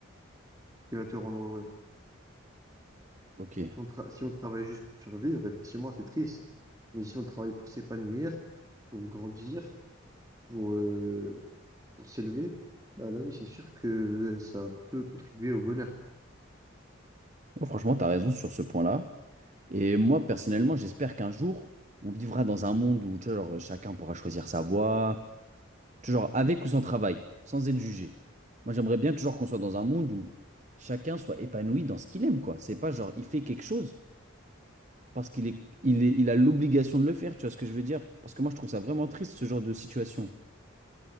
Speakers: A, on the right (about 15°); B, on the right (about 35°).
A: qui va te rendre heureux.
B: ok.
A: Si on, tra- si on travaille juste pour survivre, effectivement, c'est triste. Mais si on travaille pour s'épanouir, pour grandir, pour, euh, pour s'élever, bah là oui, c'est sûr que ça peut contribuer au bonheur.
B: Ouais, franchement, tu as raison sur ce point-là. Et moi, personnellement, j'espère qu'un jour, on vivra dans un monde où, tu vois, genre, chacun pourra choisir sa voie, Toujours avec ou sans travail, sans être jugé. Moi, j'aimerais bien toujours qu'on soit dans un monde où chacun soit épanoui dans ce qu'il aime, quoi. C'est pas genre, il fait quelque chose parce qu'il est, il est, il a l'obligation de le faire, tu vois ce que je veux dire? Parce que moi, je trouve ça vraiment triste, ce genre de situation.